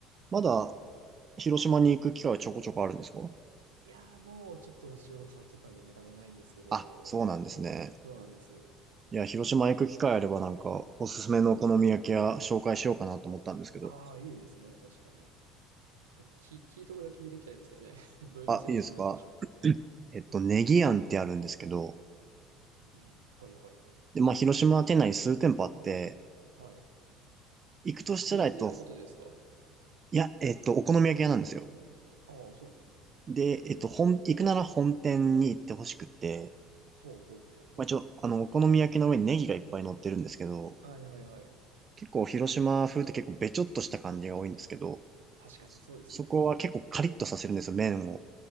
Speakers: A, on the right; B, on the right.
A: まだ広島に行く機会はちょこちょこあるんですか
B: <laughs> いやー、もうちょっと仕事変わっちゃったんで、なかなかないんですけど、
A: あ、そうなんですね。
B: そうなんです。
A: いや、広島行く機会あればなんか、おすすめのお好み焼き屋紹介しようかなと思ったんですけど。
B: ああ、いいですね、確かに。でも、き、聞いとくだけ聞いときたいですけどね。<laughs> どういうお店がおすすめなんでしょ
A: あ、いいですかえっと、ネギ庵ってあるんですけど、
B: う。ね、はいはいはい。
A: で、まあ、広島店内に数店舗あって、
B: はい。
A: 行くとしたら、
B: ネギ焼きってことですか
A: えっと、いや、えっと、お好み焼き屋なんですよ。
B: ああ、そうなんですね。
A: で、えっと、本、行くなら本店に行ってほしくて、
B: ほうほうほうほ
A: まあ、一応、あの、お好み焼きの上にネギがいっぱい乗ってるんですけど、
B: う。はいはいはい。
A: 結構広島風って結構べちょっとした感じが多いんですけど、
B: 確かに、そうですね。
A: そこは結構カリッとさせるんですよ、麺を。